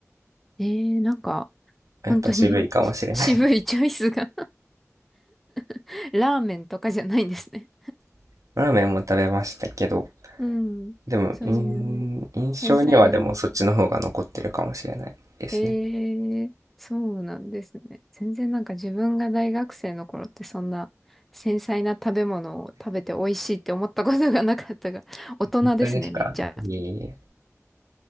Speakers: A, in the centre; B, on the right (about 80°).
A: えー、なんか、
B: やっぱ渋いかもしれない。
A: 本当に <laughs> 渋いチョイスが <laughs> ラーメンとかじゃないんですね。
B: <laughs> ラーメンも食べましたけど、
A: うん。
B: でも、
A: そういう
B: いん印象にはでもそっちの方が残ってるかもしれないですね。
A: 繊細な。ええそうなんですね。全然なんか自分が大学生の頃ってそんな繊細な食べ物を食べて美味しいって思ったことがなかったが、大人ですね、
B: 本当ですかいえいえ。
A: めっちゃ。